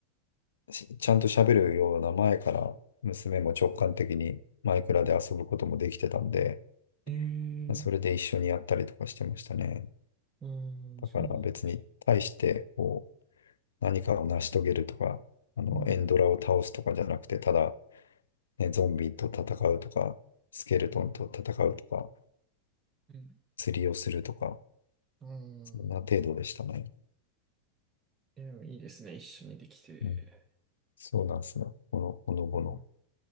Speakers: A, on the left; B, on the right.
A: しちゃんと喋るような前から、娘も直感的にマイクラで遊ぶこともできてたんで、
B: うん。えー、
A: まあそれで一緒にやったりとかしてましたね。
B: うん、
A: だから別に対して、
B: そうなんです。
A: こう、何かを成し遂げるとか、あの、
B: は
A: エンドラを倒すとかじゃなくて、ただ、ね、ゾンビと戦うとか、スケルトンと戦うとか、
B: い。うん。
A: 釣りをするとか、
B: うん。
A: そんな程度でしたね。
B: え、でもいいですね。一緒にできて。
A: うん。そうなんですね。この、このぼの。
B: うん。